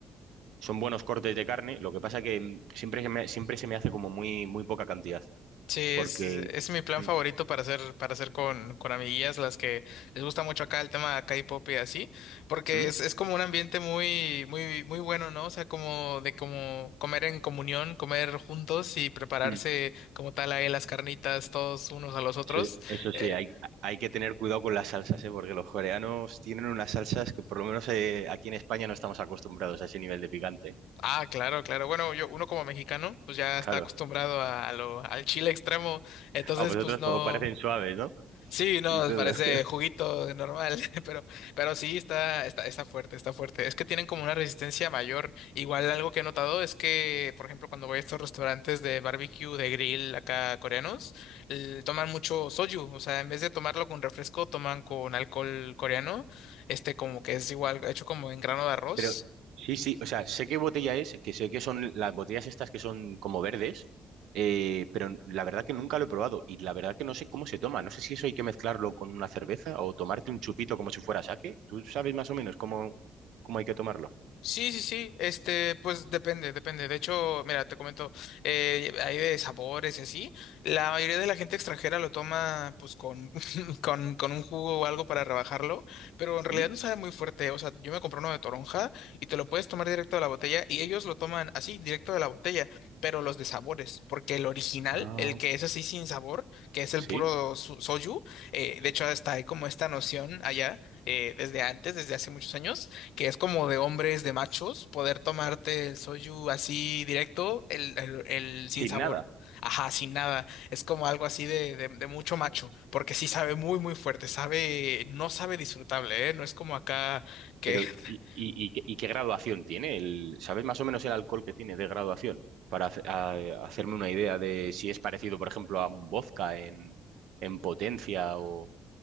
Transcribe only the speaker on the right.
son buenos cortes de carne. Lo que pasa que mm, siempre se me, siempre se me hace como muy, muy poca cantidad.
Porque.
Mm,
mm,
mm.
Eso, eso
sí, hay, hay que tener cuidado con las salsas, ¿eh? Porque los coreanos tienen unas salsas que por lo menos eh, aquí en España no estamos acostumbrados a ese nivel de picante, ¿eh?
Claro.
A vosotros
os parecen suaves, ¿no?
Y todo.
<laughs>
Pero sí, sí, o sea, sé qué botella es, que sé que son las botellas estas que son como verdes, eh, pero la verdad que nunca lo he probado y la verdad que no sé cómo se toma. No sé si eso hay que mezclarlo con una cerveza o tomarte un chupito como si fuera sake. ¿Tú sabes más o menos cómo, cómo hay que tomarlo?
¿Mm?
Ah,
sí,
sí.
Sin
nada.
Pero,
¿y, y, y qué y qué graduación tiene? El, ¿sabes más o menos el alcohol que tiene de graduación? Para hace- a- hacerme una idea de si es parecido, por ejemplo, a un vodka en, en potencia o,